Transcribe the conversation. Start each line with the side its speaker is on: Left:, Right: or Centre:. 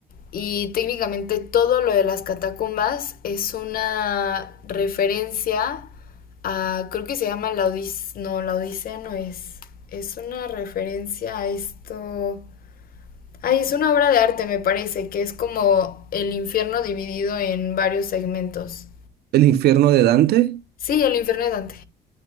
Left: y técnicamente todo lo de las catacumbas es una referencia a, creo que se llama la Odisea, no, la Odisea no es, es una referencia a esto. Ay, es una obra de arte, me parece, que es como el infierno dividido en varios segmentos.
Right: ¿El infierno de Dante?
Left: Sí, el infierno de Dante,